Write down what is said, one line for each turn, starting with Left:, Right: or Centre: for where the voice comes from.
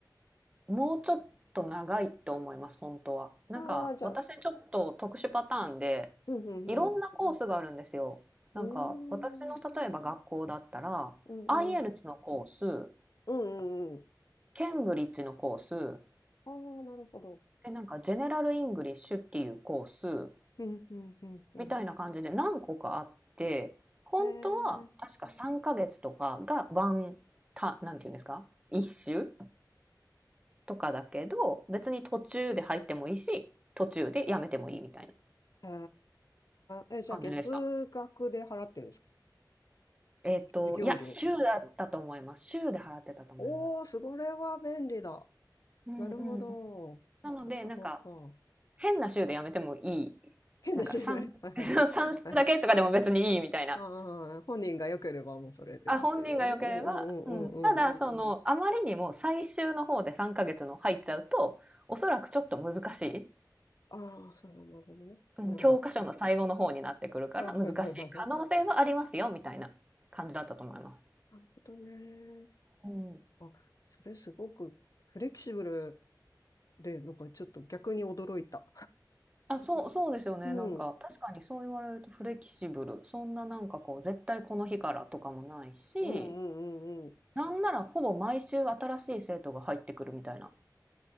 Right: もうちょっと長いと思います、本当は。なんか私ちょっと特殊パターンで、
Left: ああ、じゃあ、うんうん
Right: いろんなコースがあるんですよ。なんか私の例えば学校だったら、
Left: うん。うーん。うんうん。
Right: IELTS のコース、
Left: うんうんうん。
Right: ケンブリッジのコース、
Left: ああ、なるほど。
Right: で、なんかジェネラルイングリッシュっていうコース、
Left: うんうんうんうん。
Right: みたいな感じで何個かあって、本当は確か3ヶ月とかがワンタなんていうんですか、
Left: へえ。
Right: 一周とかだけど、別に途中で入ってもいいし、途中でやめてもいいみたいな
Left: へえ。え、じゃあ月額で払ってるんですか
Right: 感じでした。えっと、
Left: 授業料。
Right: いや、週だったと思います。週で払ってたと思います。
Left: おー、それは便利だ。
Right: うんうんうん。
Left: なるほど。
Right: なので、
Left: そうかそうか。
Right: なんか、変な週でやめてもいい、
Left: 変だしね。
Right: なんか3、
Left: はいはい
Right: 3 <laughs> 週だけとかでも別にいいみたいな
Left: はい。ああ、本人が良ければもうそれでっていう。
Right: あ、本人が良ければ、
Left: うんうんうんうんうん。
Right: うん。ただ、その、あまりにも最終の方で3ヶ月の入っちゃうと、おそらくちょっと難しい、
Left: ああ、そう、なるほどね。
Right: うん、
Left: なるほど。
Right: 教科書の最後の方になってくるから難しい可能性はありますよみたいな感じだったと思います。
Left: あ、はいはいはいはい。なるほどね。
Right: うん。
Left: あ、それすごくフレキシブルで、なんかちょっと逆に驚いた。
Right: あ、そうそうですよね。
Left: うん。
Right: なんか、
Left: うん
Right: 確かにそう言われるとフレキシブル。そんななんかこう、絶対この日からとかもないし、
Left: うんうんうん。
Right: なんならほぼ毎週新しい生徒が入ってくるみたいな。